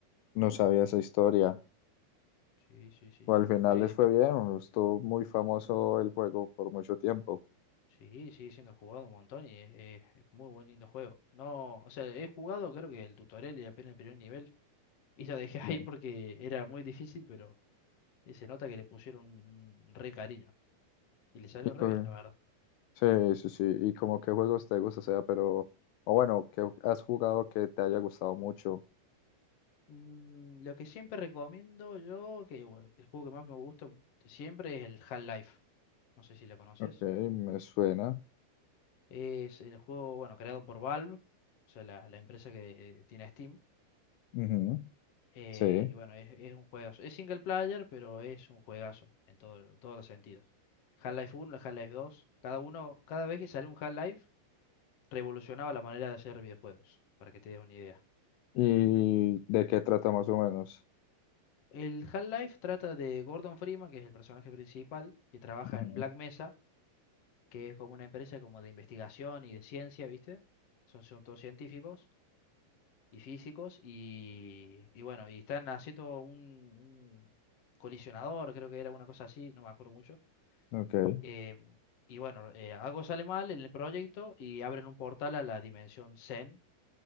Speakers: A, on the left (about 80°); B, on the left (about 60°).
A: no sabía esa historia.
B: Sí, sí, sí,
A: o
B: sí.
A: al final
B: Eh,
A: les fue bien, estuvo muy famoso el juego por mucho tiempo.
B: Sí, sigue siendo jugado un montón y es, es- es muy buen lindo juego. No, o sea, he jugado creo que el tutorial y apenas el primer nivel <laughs> y lo dejé ahí
A: No.
B: porque era muy difícil, pero se nota que le pusieron un re cariño y le salió
A: Y co-
B: re bien, la verdad.
A: sí, sí, sí, y como qué juegos te gusta, o sea, pero, o bueno, ¿qué has jugado que te haya gustado mucho.
B: Mm, lo que siempre recomiendo yo, que bueno, el juego que más me gusta de siempre es el Half-Life. No sé si lo conoces.
A: Ok, me suena.
B: Es el juego, bueno, creado por Valve, o sea, la, la empresa que tiene Steam.
A: Ujú,
B: Eh,
A: sí.
B: y bueno, es, es un juegazo. Es single player, pero es un juegazo en todo, todos los sentidos. Half-Life uno Half-Life dos cada uno, cada vez que sale un Half-Life, revolucionaba la manera de hacer videojuegos, para que te des una idea.
A: ¿Y de qué trata más o menos?
B: El Half-Life trata de Gordon Freeman, que es el personaje principal, que trabaja
A: Ujú,
B: en Black Mesa, que es como una empresa como de investigación y de ciencia, ¿viste? Son, son todos científicos y físicos y, y bueno, y están haciendo un, un colisionador, creo que era una cosa así, no me acuerdo mucho
A: ok,
B: Eh, y bueno, eh, algo sale mal en el proyecto y abren un portal a la dimensión Zen.